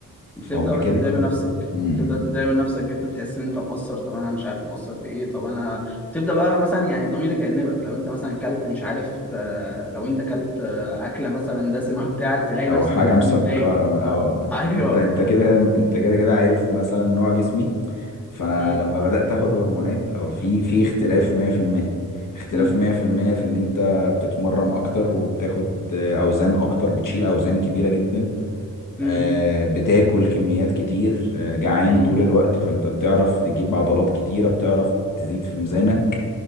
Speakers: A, in the centre; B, on the left.
A: بتبدأ
B: فهم كده
A: تتضايق
B: كده
A: من نفسك
B: بي- امم
A: بتبدأ تتضايق من نفسك جدا تحس ان انت مقصر طب انا مش عارف مقصر في ايه طب انا بتبدأ بقى مثلا يعني ضميرك يأنبك لو انت مثلا كلت مش عارف آه، لو انت كلت آه، اكلة مثلا دسمة <laughs> بتاع تلاقي
B: او
A: نفسك
B: حاجه
A: ان انت
B: مسكره
A: متضايق
B: م- او يعني
A: ايوه
B: انت انت كده انت كده كده عارف مثلا نوع جسمي فانا
A: امم
B: لما بدات اخد هرمونات او في في اختلاف 100% اختلاف
A: امم
B: 100% في المية في ان انت بتتمرن اكتر وبتاخد اوزان اكتر بتشيل اوزان كبيره جدا
A: امم
B: آه، بتاكل كميات كتير آه، جعان
A: امم
B: طول الوقت فانت بتعرف تجيب عضلات كتيره بتعرف تزيد في ميزانك